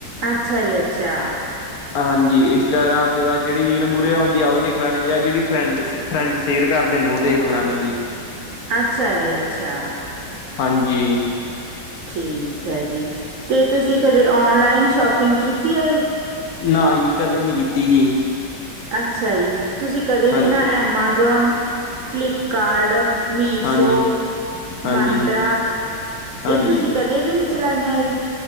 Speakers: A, on the right; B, on the left.
A: ਅੱਛਾ ਜੀ ਅੱਛਾ
B: ਹਾਂਜੀ ਇੰਸਟਾਗ੍ਰਾਮ ਤੇ ਬਾਅਦ ਜਿਹੜੀ ਰੀਲ ਮੂਹਰੇ ਆ ਹੁੰਦੀ ਆ ਉਹ ਦੇਖ ਲੈਣੀ ਜਾਂ ਜਿਹੜੀ ਫਰੈਂਡਸਿਪ ਫਰੈਂਡ ਸ਼ੇਅਰ ਕਰਦੇ ਨੇ ਉਹ ਦੇਖ ਲੈਣੇ ਆ ਜੀ।
A: ਅੱਛਾ ਜੀ ਅੱਛਾ।
B: ਹਾਂਜੀ।
A: ਠੀਕ ਹੈ ਜੀ ਅਤੇ ਤੁਸੀਂ ਕਦੇ ਔਨਲਾਈਨ ਸ਼ੋਪਿੰਗ ਕੀਤੀ ਹੈ ਜ
B: ਨਾ ਜ ਕਦੇ ਨੀ ਕੀਤੀ ਜੀ
A: ਅੱਛਾ ਜੀ ਤੁਸੀਂ ਕਦੇ
B: ਹਾਂਜੀ
A: ਵੀ ਨਾ ਐਮਾਜੋਨ ਫਲਿਪਕਾਰਡ ਮੀਸ਼ੋ
B: ਹਾਂਜੀ ਹਾਂਜੀ
A: ਮੰਤਰਾ
B: ਹਾਂਜੀ
A: ਇਹ ਤੁਸੀਂ ਕਦੇ ਵੀ ਨਹੀਂ ਚਲਾਈਆਂ ਏ